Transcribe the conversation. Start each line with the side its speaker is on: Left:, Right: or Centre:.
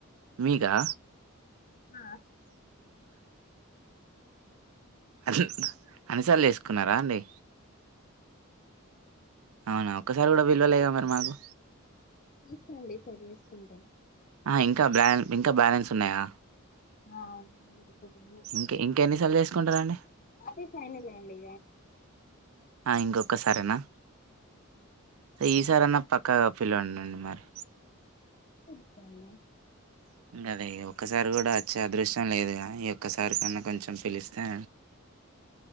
Right: మీకా
Left: ఆ
Right: అ అని సాల్ తీసుకున్నారా అండి అవునా ఒక్కసారి కూడా విల్లువలగా మరి మాకు
Left: తీసుకోండి సరి చేసుకుంటే
Right: ఇంకా బ్యా ఇంకా బ్యాలెన్స్ ఉన్నాయా
Left: ఆ ఇంకొకటుంది
Right: ఇంకా ఇంకా ఎన్నిసార్లు చేస్త తీసుకుంటారాండి
Left: అదే ఫైనల్ అడి
Right: ఆ ఇంకొకసారేనా ఈసారి అన్నా పక్కాగా పిలువండి మరి
Left: పిల్తానా
Right: కానీ ఒక్కసారి కూడా వచ్చే అదృశ్యం లేదుగా ఈ ఒక్కసారి కన్నా కొంచెం పిలిస్తే